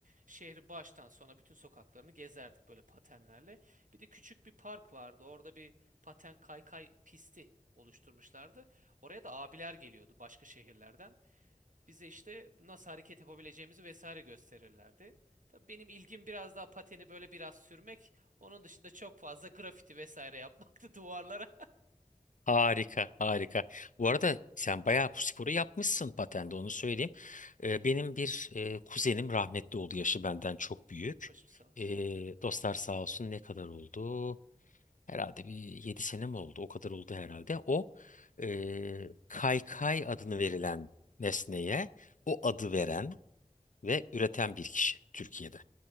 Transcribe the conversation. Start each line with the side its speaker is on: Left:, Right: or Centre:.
Right: Şehri baştan sona bütün sokaklarını gezerdik böyle patenlerle. Bir de küçük bir park vardı. Orada bir paten kaykay pisti oluşturmuşlardı. Oraya da abiler geliyordu başka şehirlerden. Bize işte nasıl hareket yapabileceğimizi vesaire gösterirlerdi. Tabii benim ilgim biraz daha pateni böyle biraz sürmek. Onun dışında çok fazla grafiti vesaire yapmaktı <laughs> duvarlara.
Left: Harika, harika. Bu arada sen bayağı bu sporu yapmışsın patende onu söyleyeyim. E, benim bir e, kuzenim rahmetli oldu yaşı benden çok büyük.
Right: Başım sağ olsun.
Left: E, dostlar sağ olsun ne kadar oldu? Herhalde bir 7 sene mi oldu? O kadar oldu herhalde. O e, kaykay adını verilen nesneye o adı veren ve üreten bir kişi Türkiye'de.